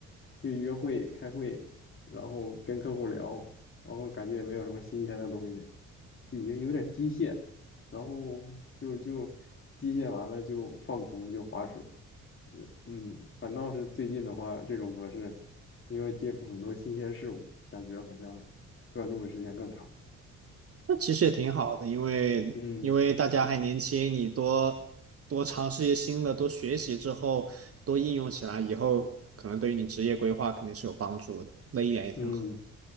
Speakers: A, on the left; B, on the right.
A: 就约会、开会，然后跟客户聊，然后感觉也没有什么新鲜的东西，就已经有点机械了。然后就就机械完了就放空就划水，嗯，反倒是最近的话，这种模式，因为接触很多新鲜事物，感觉好像专注的时间更长。
B: 那其实也挺好的，因为因为大家还年轻，
A: 嗯
B: 你多多尝试一些新的，多学习之后，多应用起来，以后可能对于你职业规划肯定是有帮助的，那一点也挺好，
A: 嗯，